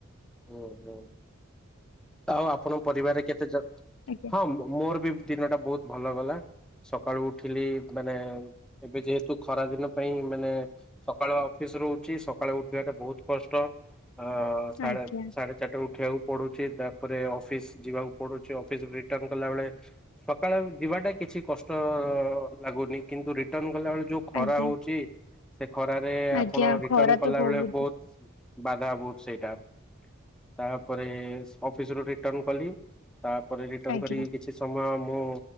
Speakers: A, in the centre; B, on the left (about 75°).
A: ଓ ହୋ। ଆଉ ଆପଣଙ୍କ ପରିବାରରେ କେତେ ଜ,
B: ଆଜ୍ଞା
A: ହଁ ମୋର ବି ଦିନ ଟା ବହୁତ ଭଲ ଗଲା। ସକାଳୁ ଉଠିଲି ମାନେ ଏବେ ଯେହେତୁ ଖରା ଦିନ ପାଇଁ ମାନେ ସକାଳୁଆ ଅଫିସ ରହୁଛି। ସକାଳୁ ଉଠିଆଟା ବହୁତ କଷ୍ଟ। ଆ-ଆ-ଆ ସାଢେ
B: ଆଜ୍ଞା
A: ସାଢେ ଚାରିଟାରୁ ଉଠିଆକୁ ପଡୁଛି। ତାପରେ ଅଫିସ ଯିବାକୁ ପଡୁଛି। ଅଫିସ ରିଟର୍ଣ୍ଣ କଲା ବେଳେ ସକାଳେ ଯିବାଟା କିଛି କଷ୍ଟ ଲାଗୁନି, କିନ୍ତୁ ରିଟର୍ଣ୍ଣ କଲା ବେଳେ ଯୋଉ ଖରା
B: ଆଜ୍ଞା
A: ହଉଛି ସେ ଖରାରେ ଆପଣ
B: ଆଜ୍ଞା
A: ରିଟର୍ଣ୍ଣ
B: ଖରା ତ
A: କଲାବେଳେ
B: ବହୁତ
A: ବହୁତ ବାଧା ବହୁତ ସେଇଟା। ତାପରେ-ଏ-ଏ ଅଫିସ ରୁ ରି ଟର୍ଣ୍ଣ କଲି ତାପରେ ରିଟର୍ଣ୍ଣ
B: ଆଜ୍ଞା।
A: କରିକି କିଛି ସମୟ ମୁଁ